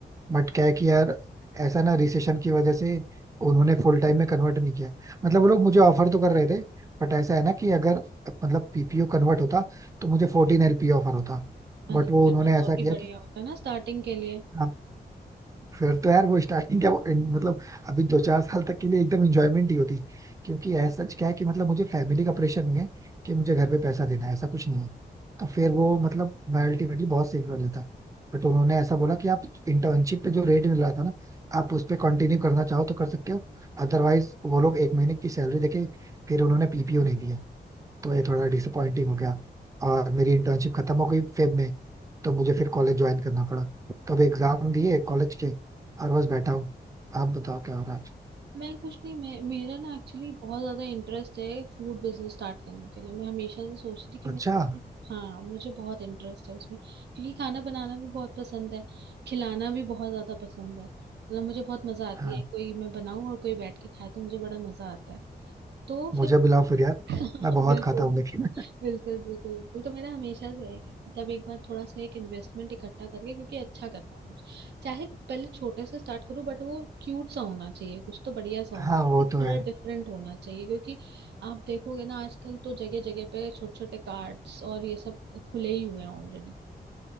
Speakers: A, on the right; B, on the right.
A: बट क्या है कि यार ऐसा ना रिसेशन की वजह से उन्होंने फुल टाइम में कन्वर्ट नहीं किया मतलब वो लोग मुझे ऑफर तो कर रहे थे बट ऐसा है ना कि अगर मतलब पीपीओ कन्वर्ट होता तो मुझे फोर्टीन एलपीए ऑफर होता
B: अरे
A: बट
B: फिर
A: वो उन्होंने
B: तो बहुत
A: ऐसा किया
B: ही बढ़िया
A: कि
B: होता है ना स्टार्टिंग के लिए
A: हाँ, फिर तो यार वो स्टार्टिंग क्या वो इन- मतलब अभी दो चार साल तक के लिए एकदम इंजॉयमेंट ही होती क्योंकि ऐसा सच क्या है कि मतलब मुझे फैमिली का प्रेशर नहीं है कि मुझे घर पे पैसा देना है ऐसा कुछ नहीं है तो फिर वो मतलब मैं अल्टीमेटली बहुत सेव कर लेता बट उन्होंने ऐसा बोला कि आप इंटर्नशिप पे जो रेट मिल रहा था ना आप उस पर कंटिन्यू करना चाहो तो कर सकते हो अदरवाइज वो लोग एक महीने की सैलरी देके फिर उन्होंने पीपीओ नहीं दिया तो ये थोड़ा डिसअपॉइंटिंग हो गया और मेरी इंटर्नशिप खत्म हो गई फेब में तो मुझे फिर कॉलेज ज्वाइन करना पड़ा तब एग्जाम दिए कॉलेज के और बस बैठा हूँ आप बताओ क्या हो रहा है आज?
B: मैं कुछ नहीं मैं मेरा ना एक्चुअली बहुत ज्यादा इंटरेस्ट है फूड बिजनेस स्टार्ट करने के लिए मैं हमेशा से सोचती थी कि मैं
A: अच्छा
B: अपना हाँ मुझे बहुत इंटरेस्ट है उसमें क्योंकि खाना बनाना भी बहुत पसंद है खिलाना भी बहुत ज्यादा पसंद है मतलब मुझे बहुत मजा आती
A: हाँ
B: है कोई मैं बनाऊं और कोई बैठ के खाए तो मुझे बड़ा मजा आता है तो
A: मुझे
B: फिर
A: बुलाओ फिर यार
B: <laughs> बिल्कुल
A: मैं बहुत खाता हूँ लेकिन
B: बिल्कुल बिल्कुल बिल्कुल तो मेरा हमेशा से है कि मतलब एक बार थोड़ा सा एक इन्वेस्टमेंट इकट्ठा करके क्योंकि अच्छा करना है कुछ चाहे पहले छोटे से स्टार्ट करूं बट वो क्यूट सा होना चाहिए कुछ तो बढ़िया सा होना
A: हाँ वो तो
B: थोड़ा
A: है
B: डिफरेंट होना चाहिए क्योंकि आप देखोगे ना आजकल तो जगह जगह पे छोटे छोटे कार्ड्स और ये सब खुले ही हुए हैं ऑलरेडी